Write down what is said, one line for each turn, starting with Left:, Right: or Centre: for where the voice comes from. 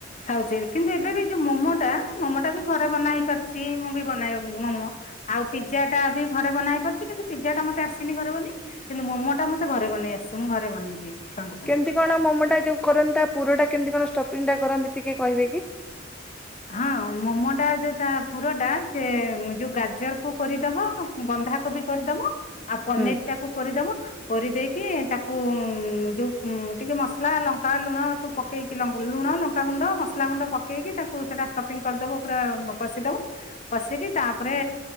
Left: ଖାଉଛେ କିନ୍ତୁ ଏବେ ବି ଯୋଉ ମୋମୋ ଟା ମୋମୋ ଟା ବି ଘରେ ବନା ହେଇ ପାରୁଛି। ମୁଁ ବି ବନେଇବାକୁ ମୋମୋ ଆଉ ପିଜା ଟା ବି ଘରେ ବନା ହେଇପାରୁଛି କିନ୍ତୁ ପିଜା ଟା ମତେ ଆସିନି ଘରେ ବନେଇ। କିନ୍ତୁ ମୋମୋ ଟା ମତେ ଘରେ ବନେଇ ଆସେ ମୁଁ ଘରେ ବନେଇଦିଏ। ଛୁଆଙ୍କ ପାଇଁ।
Centre: କେମିତି କଣ ମୋମୋ ଟା ଯୋଉ କରନ୍ତି ତା ପୁର ଟା କେମିତି କଣ। ଷ୍ଟପିଂ ଟା କରନ୍ତି ଟିକେ କହିବେ କି?
Left: ହଁ ମୋମୋ ଟା ଯୋଉ ତା ପୁରଟା ସେ ଯୋଉ ଗାଜରକୁୁ କୋରିଦବ। ବନ୍ଧା କୋବି କୋରିଦବ ଆଉ ପନିର୍
Centre: ହୁଁ
Left: ଟାକୁ କୋରିଦବ କୋରିଦେଇକି। କି ତାକୁ ଯୋଉ। ଉଁ ଟିକେ ମସଲା ଲଙ୍କା ଲୁଣ ସବୁ ପକେଇକି ଲୁଣ ଲଙ୍କାଗୁଣ୍ଡ ମସଲା ଗୁଣ୍ଡ ପକେଇକି ତାକୁ। ସେଟା ଷ୍ଟପିଂ କରିଦବ ପୁରା କସିଦବ କସିକି। ତାପରେ